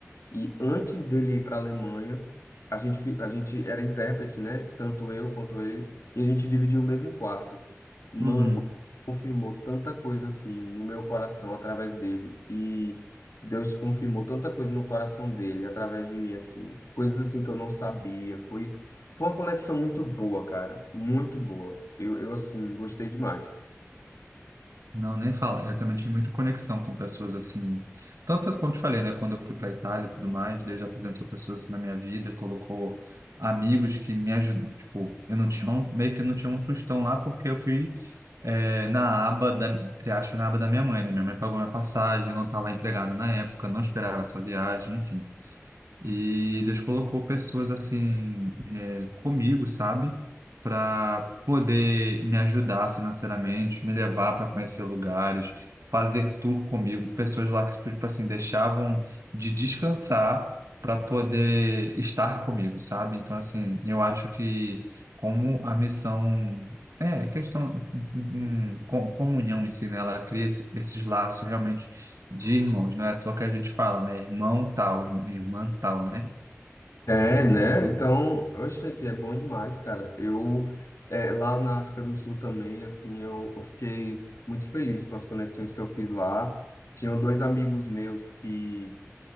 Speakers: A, on the left; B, on the right.
A: E antes dele ir para a Alemanha, a gente, fi- a gente era intérprete, né? Tanto eu quanto ele. E a gente dividiu o mesmo quarto. Mano,
B: Uhum.
A: confirmou tanta coisa assim no meu coração através dele. E Deus confirmou tanta coisa no coração dele através de mim, assim. Coisas assim que eu não sabia. Foi, foi uma conexão muito boa, cara. Muito boa. Eu, eu assim, gostei demais.
B: Não, nem fala. Eu também tive muita conexão com pessoas assim. Tanto como te falei, né? Quando eu fui para Itália e tudo mais, Deus apresentou pessoas assim na minha vida, colocou amigos que me ajudam. Tipo, eu não tinha um, meio que eu não tinha um tostão lá porque eu fui é, na aba da, entre aspas, na aba da minha mãe, né? Minha mãe pagou minha passagem, eu não estava empregado na época, não esperava essa viagem, enfim. E Deus colocou pessoas assim é, comigo, sabe? Para poder me ajudar financeiramente, me levar para conhecer lugares, fazer tour comigo. Pessoas lá que, tipo assim, deixavam de descansar para poder estar comigo, sabe? Então, assim, eu acho que como a missão. É, questão, hum, hum, com- comunhão em si, né? Ela cria esse- esses laços realmente de irmãos, não é à toa que a gente fala, né? Irmão tal, irmã tal, né?
A: É, né? Então, oxe, gente, é bom demais, cara. Eu, é, lá na África do Sul também, assim, eu, eu fiquei muito feliz com as conexões que eu fiz lá. Tinham dois amigos meus que,